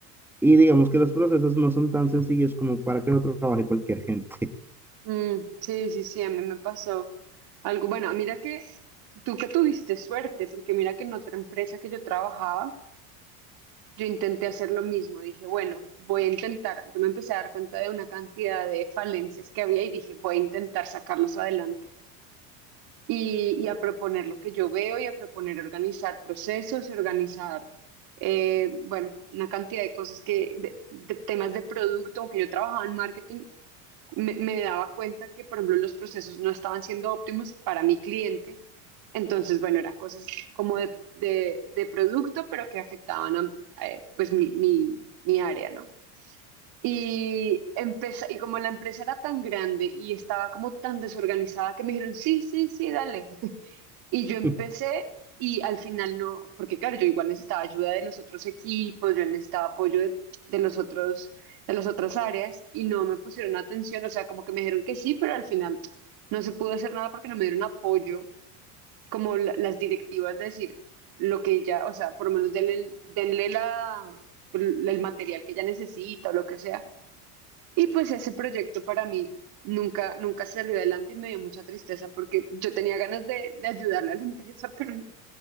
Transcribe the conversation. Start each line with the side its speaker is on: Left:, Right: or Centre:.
Centre: Y digamos que los procesos no son tan sencillos como para que lo trabaje cualquier gente.
Right: Mm, sí, sí, sí, a mí me pasó algo. Bueno, mira que tú que tuviste suerte, porque mira que en otra empresa que yo trabajaba, Yo intenté hacer lo mismo, dije, bueno, voy a intentar, yo me empecé a dar cuenta de una cantidad de falencias que había y dije, voy a intentar sacarlos adelante y, y a proponer lo que yo veo y a proponer organizar procesos y organizar, eh, bueno, una cantidad de cosas que, de, de temas de producto, aunque yo trabajaba en marketing, me, me daba cuenta que, por ejemplo, los procesos no estaban siendo óptimos para mi cliente. Entonces, bueno, eran cosas como de, de, de producto, pero que afectaban a, eh, pues mi, mi, mi área, ¿no? Y, empeza- y como la empresa era tan grande y estaba como tan desorganizada que me dijeron, sí, sí, sí, dale, y yo empecé
Centre: <laughs>
Right: y al final no, porque claro, yo igual necesitaba ayuda de los otros equipos, yo necesitaba apoyo de, de los otros, de las otras áreas y no me pusieron atención, o sea, como que me dijeron que sí, pero al final no se pudo hacer nada porque no me dieron apoyo, como la- las directivas de decir lo que ella, o sea, por lo menos denle, denle la, el material que ella necesita o lo que sea y pues ese proyecto para mí nunca, nunca salió adelante y me dio mucha tristeza porque yo tenía ganas de, de ayudarle a la empresa, <laughs> pero no,